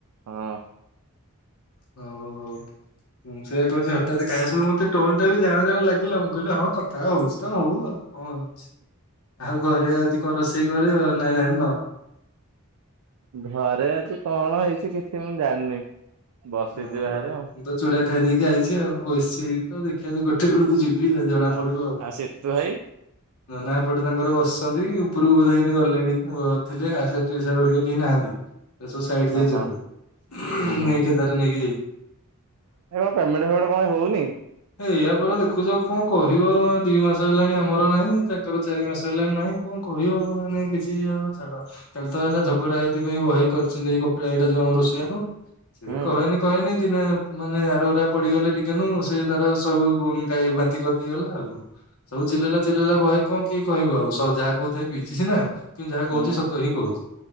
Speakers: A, on the right (about 80°); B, on the left (about 80°).
A: ହଁ।
B: ହଉ ହଉ। ମୁଁ ସେଇୟା କହୁଛି ହଠାତ୍ କାହା ସହ ମତେ ଟୋନ ଟା ବି ଜାଣ ଜାଣ ଲାଗିଲା ମୁଁ କହିଲି ହଁ କଥା ହୋଉଛି ତ ହୋଉ ଆଉ। କଣ ହଉଛି ଆଉ ଘରେ ଆଜି କଣ ରୋଷେଇ କରିବ ନା ଜାଣିନ?
A: ଘରେ ଅଛି କଣ ହେଇଛି କିଛି ମୁଁ ଜାଣିନି। ବସିଛି
B: ହୁଁ
A: ବାହାରେ ଆଉ।
B: ମୁଁ ତ ଚୂଡ଼ା ଖାଇଦେଇକି ଆଇଛି ଆଉ ବସିଛି ତ ଆଉ ଦେଖିଆ ଗୋଟେ ବେଳକୁ ଯିବି ଆଉ ଜଣା
A: ଆ
B: ପଡିବ ଆଉ
A: ସିତୁ ଭାଇ?
B: ନନା ଏପଟେ ତାଙ୍କର ବସି ଅଛନ୍ତି ଉପରକୁ ହିଆଡେ ଗଲେଣି ଥିଲେ ଆକେଶା ହେରିକା କେହି ନାହାନ୍ତି। ସେ ସବୁ ସାଇଡ ଯାଇଛନ୍ତି
A: ଓହୋ ହୁଁ ହୁଁ
B: ନେଇକି ତାର ନେଇକି ଯାଇ
A: ଏ ପେଟେଣ୍ଟ ଫେମେଣ୍ଟ କଣ ହଉନି?
B: ଏ ୟା ପରା ଦେଖୁଛ କଣ କହିବ ଦି ମାସ ହେଲାଣି ଆମର ନାହିଁ ତାଙ୍କର ଚାରି ମାସ ହେଲେ ନାଇଁ କଣ କହିବ ମାନେ କିଛି ଆ ଛାଡ଼। କାଲି ତ ଏ ଝଗଡା ଏଇଥି ପାଇଁ ବହେ କରିଛନ୍ତି ଏଇ କପିଳା ଏଇଟା ଯୋଉ ଆମ ରୋଷେଆ ନୁହଁ। ସେ
A: ହୁଁ
B: କହେନି କହେନି ଦିନେ ମାନେ ଆରଗରା ପଡିଗଲେ ଟିକେ ନୁ ସେ ତାର ସବୁ ଗାଈ ବାନ୍ତି କରିଦେଇଗଲା ଆଉ। ସବୁ ଚିଲେଇଲା ଚିଲେଇଲା ବହେ କଣ କିଏ କହିବ ଆଉ ସ ଯାହା କହୁଥାଏ ପିଇଛି ସିନା। କିନ୍ତୁ ଯାହା
A: ହୁଁ
B: କହୁଛି ସତ ହିଁ କହୁଛି